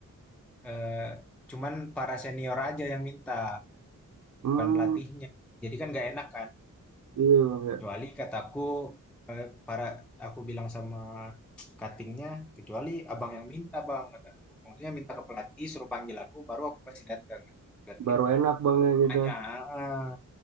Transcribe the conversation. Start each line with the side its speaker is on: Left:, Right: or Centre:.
Centre: Eee, cuman para senior aja yang minta,
Right: Hmm,
Centre: bukan pelatihnya. Jadi kan nggak enak kan.
Right: iya bang ya.
Centre: Kecuali kataku, eee, para aku bilang sama cutting "Kecuali abang yang minta bang," kataku. Maksudnya minta ke pelatih, suruh panggil aku, baru aku pasti datang kataku, ke tim.
Right: Baru enak bang ya kita.
Centre: Banyak heeh,